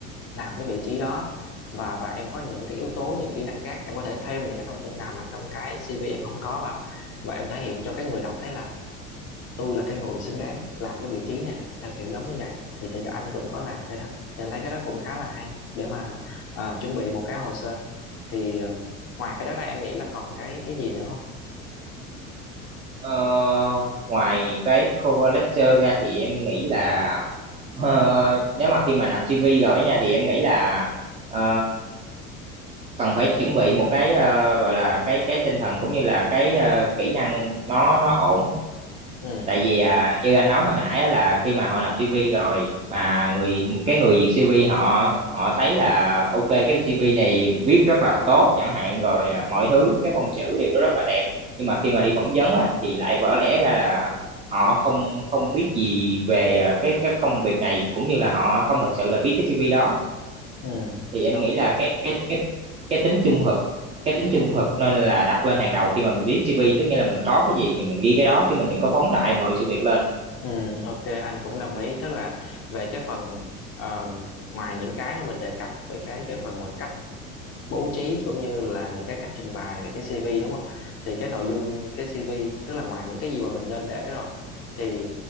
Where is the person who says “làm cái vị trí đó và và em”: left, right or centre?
Left